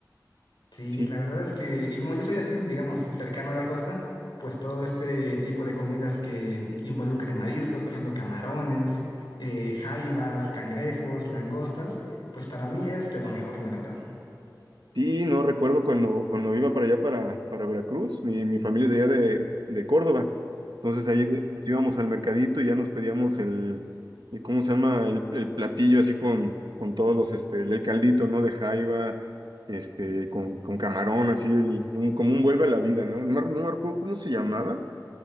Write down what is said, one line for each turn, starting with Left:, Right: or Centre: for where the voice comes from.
Left: Sí,
Right: Sí.
Left: la verdad es que, y como yo soy de aquí, digamos, cercano a la costa, pues todo este tipo de comidas que involucre mariscos, por ejemplo, camarones, eh, jaivas, cangrejos, langostas, pues para mí es de lo mejor, la verdad.
Right: Sí, no recuerdo cuando, cuando iba para allá, para, para Veracruz, mi, mi familia es de allá de, de Córdoba. Entonces ahí de- nos íbamos al mercadito y ya nos pedíamos el, el ¿cómo se llama? El, el platillo así con, con todos los, este, el caldito, ¿no? De jaiba, este, con, con camarón, así, el, un- como un vuelve a la vida, ¿no? No, me- no me acuerdo cómo se llamaba,